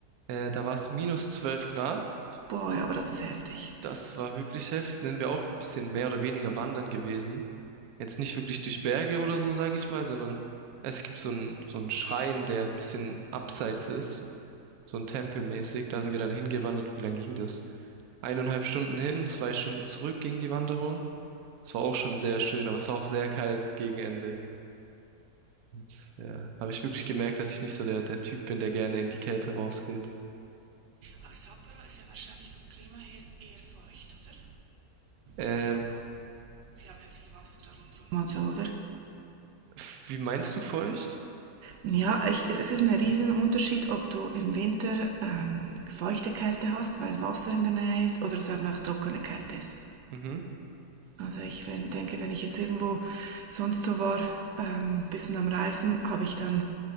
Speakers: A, on the right; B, on the right.
A: Äh, da war es minus 12 Grad.
B: Boah, ja, aber das ist heftig.
A: Das war wirklich heftig. Dann sind wir auch ein bisschen mehr oder weniger wandern gewesen. jetzt nicht wirklich durch Berge oder so, sage ich mal, sondern es gibt so einen so einen Schrein, der ein bisschen abseits ist, so ein Tempel mäßig. Da sind wir dann hingewandert. Wie lang ging das? Eineinhalb Stunden hin, zwei Stunden zurück ging die Wanderung. Es war auch schon sehr schön, aber es war auch sehr kalt gegen Ende. Und ja, habe ich wirklich gemerkt, dass ich nicht so der, der Typ bin, der gerne in die Kälte rausgeht.
B: Aber Sapporo ist ja wahrscheinlich vom Klima her eher feucht, oder?
A: Ähm,
B: Das ist am Wand. Sie haben ja viel Wasser da rundherum. Und so, oder?
A: f- wie meinst du feucht?
B: Ja, ich, es ist ein Riesenunterschied, ob du im Winter ähm, feuchte Kälte hast, weil Wasser in der Nähe ist, oder es eben auch trockene Kälte ist.
A: Mhm.
B: Also ich wenn, denke, wenn ich jetzt irgendwo sonst so war, ein ähm, bisschen am Reisen, habe ich dann